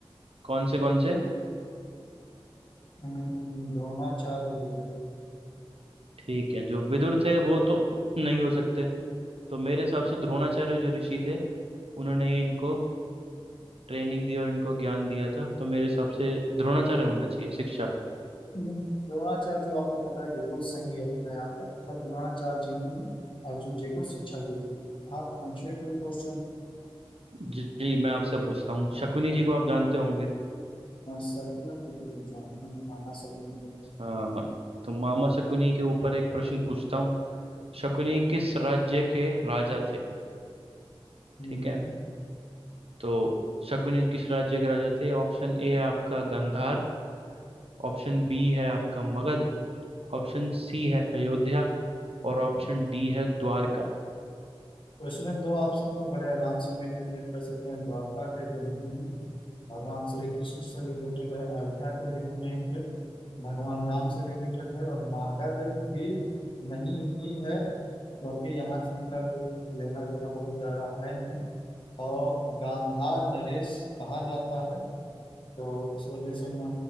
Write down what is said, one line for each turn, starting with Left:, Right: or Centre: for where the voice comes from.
Right: कौन से कौन से
Left: हम्म, द्रोणाचार्य और विदुर
Right: ठीक है जो विदुर थे वो तो नहीं हो सकते तो मेरे हिसाब से द्रोणाचार्य जो ऋषि थे उन्होंने ही इनको ट्रेनिंग दी और इनको ज्ञान दिया था तो मेरे हिसाब से द्रोणाचार्य होना चाहिए शिक्षा
Left: हम्म, द्रोणाचार्य जो आपने बताया बिल्कुल सही है है आपका मतलब द्रोणाचार्य जी ने अर्जुन जी को शिक्षा दी थी आप पूछिए कोई क्वेश्चन
Right: जी जी, मैं आपसे पूछता हूँ शकुनी जी को आप जानते होंगे
Left: सपने जी को तो जानते हैं माना सपने को
Right: हाँ हाँ तो मामा शकुनी के ऊपर एक प्रश्न पूछता हूँ शकुनी किस राज्य के राजा थे
Left: हम्म,
Right: ठीक है तो शकुनी किस राज्य के राजा थे ऑप्शन ए है आपका गांधार ऑप्शन बी है आपका मगध ऑप्शन सी है अयोध्या और ऑप्शन डी है द्वारका
Left: तो इसमें दो ऑप्शन पे बड़े आराम से हम एलिमिनेट कर सकते हैं द्वारका के तो नहीं है भगवान श्री कृष्ण से रिलेटेड है अयोध्या के भी वो नहीं थे भगवान राम से रिलेटेड है और मगध भी नहीं ही है क्योंकि यहाँ से इनका कोई लेना देना बहुत ज्यादा है नहीं और गांधार नरेश बाहर जाता है तो इस वजह से मैं